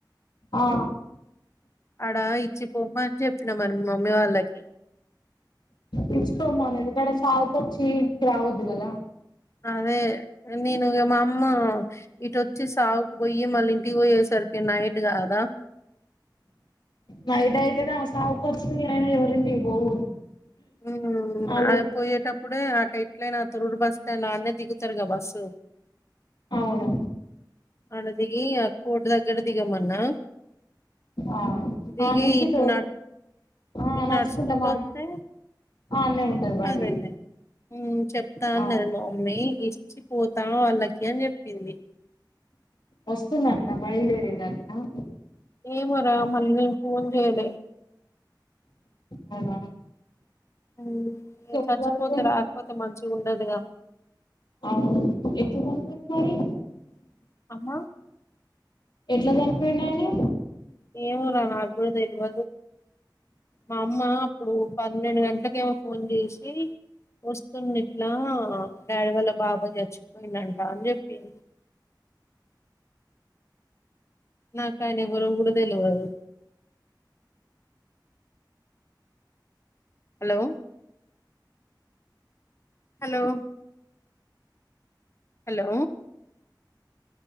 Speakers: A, on the left (about 70°); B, on the left (about 35°).
A: ఆ
B: అడ ఇచ్చిప్ బొమ్మ అని చెప్పిన మరి మీ మమ్మీ వాళ్ళకి
A: తీచ్చుకోమోనిందిక్కడ సావుకొచ్చి ఈడికి రావద్దు కదా
B: అదే నేను ఇగ మా అమ్మ ఇటోచ్చి సావుకు పొయ్యి మళ్ళీ ఇంటికి పోయేసా కరికే నైట్ గాద
A: నైట్ అయితదా సావుకొచ్చి అయినా ఎవరింటికి పోవద్దు
B: మ్
A: ఆల్రెడీ
B: ఆ పోయేటప్పుడే ఆ టై అట్లనా తొరూరు బస్టాండ్ ఆడ్నే దిగుతారుగా బస్సు
A: అవును
B: అడ్నే దిగి ఆ కోటు దగ్గర దిగమన్నా
A: ఆ
B: దిగి
A: ఆన్నుంచి
B: ఇట్లా
A: తో
B: నడు
A: ఆ
B: ఇడా
A: నడుచుకుంటా
B: నడుసుకుంటూ
A: మార్
B: వత్తే
A: ఆన్నే ఉంటది బండి
B: అదేలే మ్ చెప్తా
A: ఆ
B: అన్నారు మా మమ్మీ ఇష్ట ఇచ్చిపోతాం వాళ్ళకి అని చెప్పింది
A: వస్తుందట బయలుదేరింది అంట
B: ఏమరా మళ్ళీ నేను ఫోన్ చేయ్లే
A: అవునా?
B: ఉమ్
A: ఎప్పుడు
B: చచ్చిపోతే
A: కలిపోయింది
B: రాక్పోతే మంచిగ ఉండదుగా?
A: అవును ఎప్పుడు <inaudible> మరి
B: అమ్మా
A: ఎట్ల చన్పోయిండు ఆయనె
B: ఏమో రా నా గూడా తెల్వదు మా అమ్మ అప్పుడు పన్నెండు గంట క్కకేమో ఫోన్ జేసి వస్తుందిట్లా డాడీ వాళ్ళ బాబా చచ్చిపోయిందంట అని జెప్పింది నాకాయన ఎవరో కూడ తెల్వదు hello hello hello